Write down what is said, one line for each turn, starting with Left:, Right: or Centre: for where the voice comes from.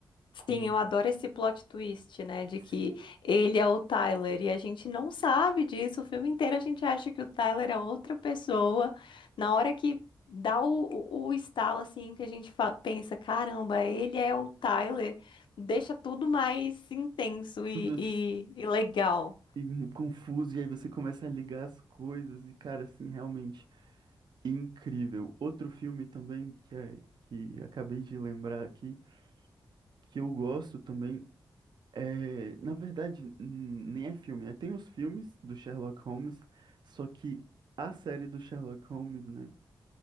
Right: com
Left: Sim, eu adoro esse plot twist, né? De que
Right: sim,
Left: ele é o Tyler e a gente não sabe disso. O filme inteiro a gente acha que o Tyler é outra pessoa. Na hora que dá o, o, o estalo, assim, que a gente fa- pensa: caramba, ele é o Tyler, deixa tudo mais intenso e,
Right: tudo s-
Left: e e legal.
Right: e mu- confuso e aí você começa a ligar as coisas e cara, assim, realmente incrível. Outro filme também que é, que acabei de lembrar aqui que eu gosto também É, na verdade, n- nem é filme, né? Tem os filmes do Sherlock Holmes, só que a série do Sherlock Holmes, né?